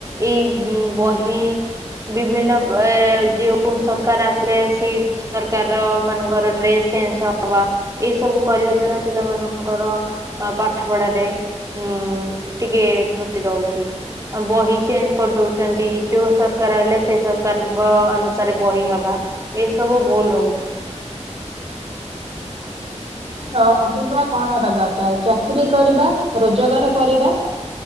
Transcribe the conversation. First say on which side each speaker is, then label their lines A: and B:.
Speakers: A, on the right; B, on the right.
A: ଏଇ ଉଁ ବହି ବିଭିନ୍ନ ଏ ଯେଉଁ ସରକାର ଆସିଲେ ସେଇ ସରକାର ର ମାନଙ୍କର ଡ୍ରେସ୍ ଚେଞ୍ଜ ହବା ଏଇ ସବୁ କରିବା ଦ୍ଵାରା ପିଲାମାନଙ୍କର ପାଠପଢ଼ାରେ ଉଁ ଟିକେ ତ୍ରୁଟି ରହୁଛି। ବହି ଚେଞ୍ଜ କରିଦେଉଛନ୍ତି ଯେଉଁ ସରକାର ଆଇଲା ସେ ସରକାରଙ୍କ ଅନୁସାରେ ବହି ହବା। ଏସବୁ ଭୁଲ ରହୁଛି।
B: ଶିକ୍ଷାର ଅଭିପ୍ରାୟ କଣ ହେବା ଦରକାର ଚା କିରି କରିବା ରୋଜଗାର କରିବା।